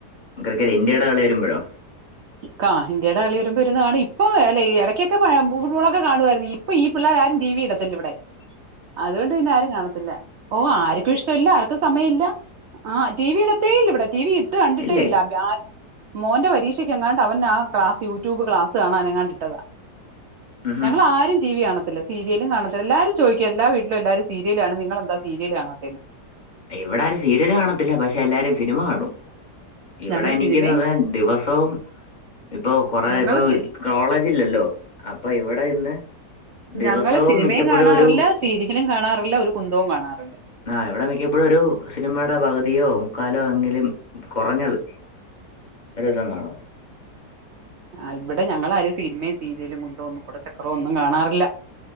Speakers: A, on the left; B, on the right.
A: ക്രിക്കറ്റ് ഇന്ത്യയുടെ കളി വരുമ്പോഴോ
B: ഇക്കാ ഇന്ത്യാടെ കളി വരുമ്പോ ഒരു കറി ഇപ്പൊ ഇടക്കൊക്കെ ഫുട്ബോളൊക്കെ കാണുവായിരുന്നു ഇപ്പൊ ഈ പിള്ളേ ടെ ആരും ടിവി ഇടത്തില്ല ഇവിടെ
A: <inaudible>
B: അതോൻണ്ട് പിന്നെ ആരും കാണത്തില്ല ഓ ആർക്കും ഇഷ്ടല്ല ആർക്കും സമയല്ല ആ ടി വി ഇടത്തേയില്ല ഇവിടെ ടി വി ട്ട് കണ്ടിട്ടേ
A: ഇല്ലേ
B: ഇല്ല പ്യാർ മോന്റെ പരീക്ഷ എങ്ങാണ്ട് അവൻ ആ ക്ലാസ് യൂട്യൂബ് ക്ലാസ് കാണാൻ എങ്ങാണ്ട് ഇട്ടതാ
A: ഉംഹ്
B: ഞങ്ങൾ ആരും ടി വി കാണ ത്തില്ല സീരിയലും കാണത്തില്ല എല്ലാരും ചോയ്ക്കും എല്ലാ വീട്ടിലും എല്ലാരും സീരിയല് കാണും നിങ്ങളെന്താ സീരിയല് കാണാത്തേ ന്ന്
A: ഇവിടെ ആരും സീരിയല് കാണത്തില്ല പക്ഷെ എല്ലാരും സിനിമ കാണും ഇവിടെ
B: ഞങ്ങള്
A: എനക്ക്ന്ന്
B: സിനിമയും
A: പറഞ്ഞ ദിവസം പ്പോ ഇപ്പൊ കൊറേ
B: ഞങ്ങള്
A: ഇപ്പൊ
B: സി
A: കോളേജില്ലല്ലോ അപ്പൊ ഇവിടെ ഇന്ന് ദിവസവും
B: ഞങ്ങള് സിനിമേം
A: മിക്കപ്പോഴും
B: കാണാറില്ല
A: ഒരു
B: സീരിയെലും കാണാറില്ല ഒരു കുന്തവും കാണാറില്ല
A: ആ ഇവിടെ മിക്കപ്പോഴും ഒരു സിനിമയുടെ പകുതിയോ മുക്കാലോ എങ്കിലും കുറഞ്ഞത് ഒരുസം കാണ
B: ആ ഇവിടെ ഞങ്ങളാരും സിനിമയും സീരിയലും കുന്തോന്നും കുട്ചക്രവ്വൊന്നും കാണാറില്ല